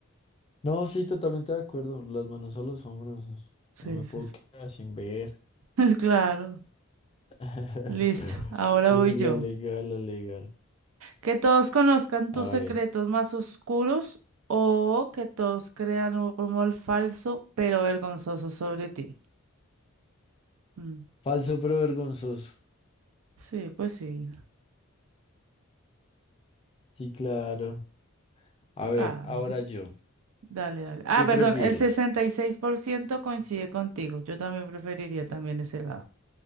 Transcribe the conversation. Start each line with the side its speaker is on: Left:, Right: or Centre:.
Left: No, sí, totalmente de acuerdo. Las manos a los hombros.
Right: Sí,
Left: No me
Right: sí,
Left: puedo
Right: sí.
Left: quedar sin ver.
Right: <laughs> Es claro.
Left: <laughs>
Right: Listo. Ahora
Left: Sí,
Right: voy
Left: la
Right: yo.
Left: legal, la legal.
Right: Que todos conozcan tus
Left: A
Right: secretos
Left: ver,
Right: más oscuros o que todos crean un rumor falso pero vergonzoso sobre ti. Mm,
Left: falso pero vergonzoso.
Right: Sí, pues sí.
Left: Sí, claro. A
Right: Claro.
Left: ver, ahora yo.
Right: Dale, dale. Ah,
Left: ¿Qué
Right: perdón,
Left: prefieres?
Right: el 66% coincide contigo. Yo también preferiría también ese lado.